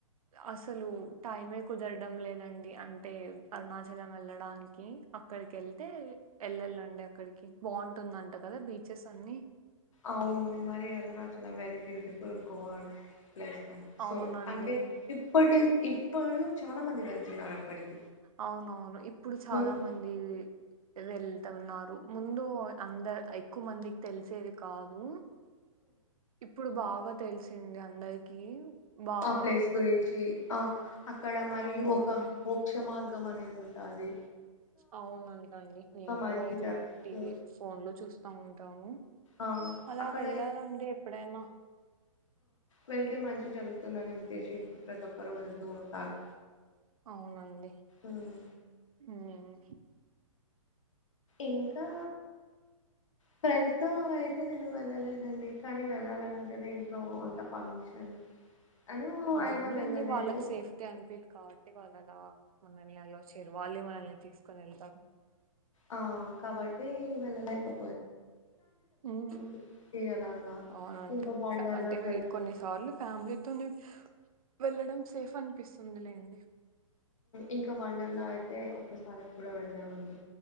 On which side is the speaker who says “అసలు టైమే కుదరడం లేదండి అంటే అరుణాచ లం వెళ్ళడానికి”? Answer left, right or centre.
Right